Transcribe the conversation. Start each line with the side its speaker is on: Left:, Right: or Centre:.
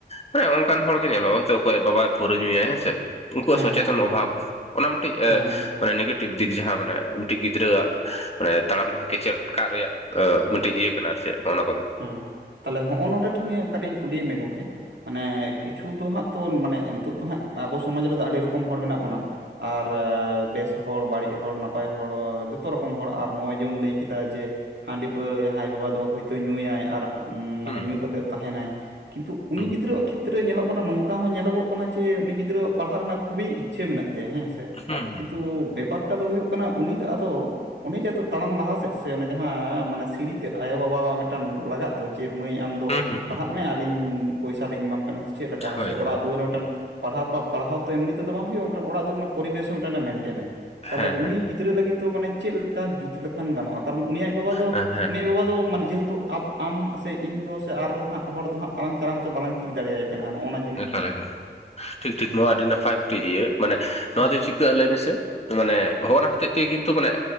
Left: ᱢᱟᱱᱮ ᱚᱱᱠᱟᱱ ᱦᱚᱲ ᱜᱮ ᱧᱮᱞᱚᱜᱼᱟ ᱦᱚᱭᱛᱳ ᱚᱠᱚᱭ ᱟᱡ ᱵᱟᱵᱟᱭ ᱯᱟᱹᱣᱨᱟᱹᱭ ᱧᱩᱭᱟᱭ ᱦᱮᱸ ᱥᱮ ᱩᱱᱠᱩᱣᱟᱜ
Right: ᱦᱮᱸ
Left: ᱥᱚᱪᱮᱛᱚᱱ
Right: ᱦᱮᱸ
Left: ᱚᱵᱷᱟᱵ
Right: ᱦᱮᱸ
Left: ᱚᱱᱟ ᱢᱤᱫᱴᱤᱡ ᱮᱸ
Right: ᱦᱮᱸ ᱦᱮᱸ
Left: ᱢᱟᱱᱮ ᱱᱮᱜᱮᱴᱼᱼ ᱴᱤᱠ ᱫᱤᱠ ᱡᱟᱦᱟᱸ ᱢᱟᱱᱮ ᱢᱤᱫᱴᱤᱡ ᱜᱤᱫᱽᱨᱟᱹᱣᱟᱜ ᱢᱟᱱᱮ ᱛᱟᱲᱟᱢ ᱰᱟᱦᱟ ᱠᱮᱪᱮᱫ ᱠᱟᱜ ᱨᱮᱭᱟᱜ ᱟᱸ ᱢᱤᱫᱴᱤᱡ ᱤᱭᱟᱹ ᱠᱟᱱᱟ ᱟᱨ ᱪᱮᱫ ᱚᱱᱟ ᱠᱚᱫᱚ᱾
Right: ᱦᱮᱸ ᱛᱟᱦᱚᱞᱮ ᱦᱚᱜᱼᱚ ᱱᱚᱸᱰᱮ ᱴᱷᱮᱱᱤ ᱟᱨ ᱠᱟᱹᱴᱤᱧ ᱠᱩᱞᱤᱭᱮᱫ ᱢᱮ ᱜᱚᱝᱠᱮ᱾ ᱢᱟᱱᱮ ᱠᱤᱪᱷᱩ ᱫᱚ ᱦᱟᱸᱜ ᱛᱚ ᱢᱟᱱᱮ ᱱᱤᱛᱚᱜ ᱫᱚ ᱦᱟᱸᱜ ᱟᱵᱚ ᱥᱚᱢᱟᱡᱽ ᱨᱮᱫᱚ ᱟᱹᱰᱤ ᱨᱚᱠᱚᱢ ᱦᱚᱲ ᱢᱮᱱᱟᱜ ᱵᱚᱱᱟ᱾ ᱟᱨ ᱵᱮᱥ ᱦᱚᱲ ᱵᱟᱹᱲᱤᱡ ᱦᱚᱲ ᱱᱟᱯᱼᱼ ᱱᱟᱯᱟᱭ ᱦᱚᱲ ᱡᱚᱛᱚ ᱨᱚᱠᱚᱢ ᱦᱚᱲ ᱟᱨ ᱱᱚᱜᱼᱚᱭ ᱡᱮᱢ ᱞᱟᱹᱭ ᱠᱮᱫᱟ ᱡᱮ ᱦᱟᱺᱰᱤ ᱯᱟᱹᱣᱨᱟᱹ ᱡᱟᱦᱟᱸᱭ ᱟᱡ ᱵᱟᱵᱟ ᱫᱚ ᱦᱚᱭ ᱛᱳ ᱧᱩᱭᱟᱭ ᱟᱨ ᱢᱟᱱᱮ
Left: ᱦᱩᱸ
Right: ᱧᱩ ᱠᱟᱛᱮᱫ ᱛᱟᱦᱮᱸᱱᱟᱭ ᱠᱤᱱᱛᱩ ᱩᱱᱤ
Left: ᱦᱩᱸ
Right: ᱜᱤᱫᱽᱨᱟᱹᱣᱟᱜ ᱠᱷᱮᱛᱨᱮ ᱧᱮᱞᱚᱜ ᱠᱚᱱᱟ ᱱᱚᱝᱠᱟ ᱦᱚᱸ ᱧᱮᱞᱚᱜᱚᱜ ᱠᱟᱱᱟ ᱡᱮ ᱩᱱᱤ ᱜᱤᱫᱽᱨᱟᱹᱣᱟᱜ ᱯᱟᱲᱦᱟᱜ ᱨᱮᱱᱟᱜ ᱠᱷᱩᱵᱤ ᱤᱪᱪᱷᱟᱹ ᱢᱮᱱᱟᱜ ᱛᱟᱭᱟ ᱦᱮᱸ ᱥᱮ᱾
Left: ᱦᱩᱸ
Right: ᱠᱤᱱᱛᱩ ᱵᱮᱯᱟᱨᱴᱟ ᱫᱚ ᱦᱩᱭᱩᱜ ᱠᱟᱱᱟ ᱩᱱᱤ ᱫᱚ ᱟᱫᱚ ᱩᱱᱤ ᱡᱮᱛᱚ ᱛᱟᱲᱟᱢ ᱞᱟᱦᱟ ᱥᱮᱫ ᱥᱮ ᱡᱟᱦᱟᱸ ᱢᱟᱱᱮ ᱥᱤᱲᱤ ᱛᱮᱫ ᱟᱭᱳᱼᱵᱟᱵᱟᱣᱟ ᱢᱤᱴᱼᱼ ᱴᱟᱹᱝ ᱞᱟᱜᱟᱜ ᱫᱚ ᱡᱮ ᱢᱟᱹᱭ ᱟᱢ ᱫᱚ
Left: ᱦᱩᱸ ᱦᱩᱸ ᱦᱩᱸ
Right: ᱯᱟᱲᱦᱟᱜ ᱢᱮ ᱟᱹᱞᱤᱧ ᱯᱚᱭᱥᱟ ᱞᱤᱧ ᱮᱢᱟᱢ ᱠᱟᱱᱟ᱾ ᱪᱮᱫ ᱞᱮᱠᱟ
Left: ᱦᱳᱭ
Right: ᱥᱮ
Left: ᱦᱳᱭ
Right: ᱚᱲᱟᱜ ᱫᱩᱣᱟᱹᱨ ᱨᱮ ᱢᱤᱫᱴᱟᱱ ᱯᱟᱲᱦᱟᱣ ᱯᱟᱼᱯᱟᱲᱦᱟᱣ ᱛᱚ ᱮᱢᱱᱤ ᱛᱮᱫᱚ ᱵᱟᱝ ᱦᱩᱭᱩᱜᱼᱟ ᱢᱤᱫᱴᱟᱹᱝ ᱚᱲᱟᱜ ᱫᱩᱣᱟᱹᱨ ᱨᱮᱱᱟᱜ ᱯᱚᱨᱤᱵᱮᱥ ᱦᱚᱸ ᱢᱤᱫᱴᱮᱱ ᱮ ᱢᱮᱱᱴᱮᱱᱟᱭ᱾ ᱛᱟᱦᱚᱞᱮ
Left: ᱦᱮᱸ
Right: ᱩᱱᱤ ᱜᱤᱫᱽᱨᱟᱹ ᱞᱟᱹᱜᱤᱫ ᱫᱚ ᱢᱟᱱᱮ ᱪᱮᱫ ᱞᱮᱠᱟ ᱡᱩᱛ ᱞᱮᱠᱷᱟᱱ ᱜᱟᱱᱚᱜᱼᱟ ᱠᱟᱨᱚᱱ ᱩᱱᱤ ᱟᱡ ᱵᱟᱵᱟ ᱫᱚ
Left: ᱦᱮᱸ ᱦᱮᱸ
Right: ᱩᱱᱤ ᱟᱡ ᱵᱟᱵᱟ ᱫᱚ ᱢᱟᱱᱮ ᱡᱮᱦᱮᱛᱩ ᱟᱯ ᱟᱢ ᱥᱮ ᱤᱧ ᱫᱚ ᱥᱮ ᱟᱨ ᱦᱟᱸᱜ ᱦᱚᱲ ᱫᱚ ᱦᱟᱸᱜ ᱟᱞᱟᱝ ᱪᱟᱞᱟᱣ ᱠᱟᱛᱮᱡ ᱵᱟᱞᱟᱝ ᱴᱷᱤᱠ ᱫᱟᱲᱮᱟᱭ ᱠᱟᱱᱟ ᱱᱚᱜᱼᱱᱚᱣᱟ
Left: ᱮᱠᱟᱞ ᱮᱠᱟᱞ ᱴᱷᱤᱠ ᱴᱷᱤᱠ ᱱᱚᱣᱟ ᱟᱹᱰᱤ ᱱᱟᱯᱟᱭ ᱢᱤᱫᱴᱮᱡ ᱤᱭᱟᱹ ᱢᱟᱱᱮ ᱱᱚᱣᱟ
Right: ᱦᱩᱸ
Left: ᱫᱚ ᱪᱤᱠᱟᱹᱜᱼᱟ ᱞᱟᱹᱭ ᱢᱮᱥᱮ ᱢᱟᱱᱮ ᱦᱚᱲ ᱦᱚᱛᱮᱜ ᱛᱮᱜᱮ ᱠᱤᱱᱛᱩ ᱢᱟᱱᱮ